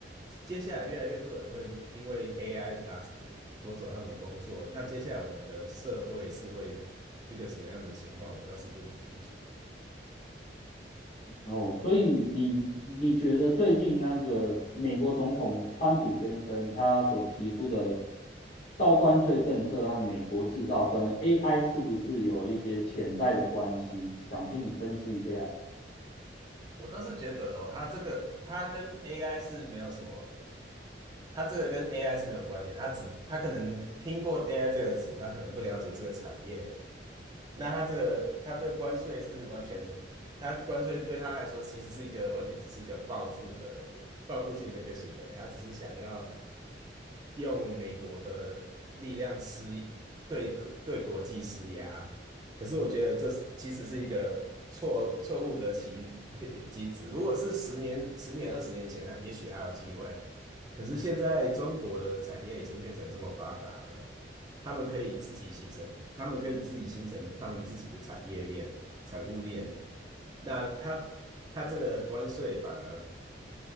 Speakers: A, on the right (about 20°); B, on the left (about 50°).
A: 接下来越来越多人会因为 AI 拿走夺走他们的工作，那接下来我们的社会是会一个什么样的情况，我倒是不清楚哦。
B: 哦，所以你你觉得最近那个美国总统川普先生他所提出的高关税政策和美国制造跟 AI 是不是有一些潜在的关系？想听你分析一下。
A: 我倒是觉得哦，它这个它跟 AI 是没有什么，它这个跟 AI 是没有关联，它只它可能听过 AI 这个词，它可能不了解这个产业，那他这个他这个关税是完全，他关税对他来说其实是一个完全只是一个报复的报复性的一个行为，他只是想要用美国的力量施对对国际施压。可是我觉得这其实是一个错错误的棋 <laughs> 棋子。如果是十年、十年、二十年前，也许还有机会。可是现在中国的产业已经变成这么发达了。他们可以自己形成，他们可以自己形成他们自己的产业链、产物链。那他他这个关税反而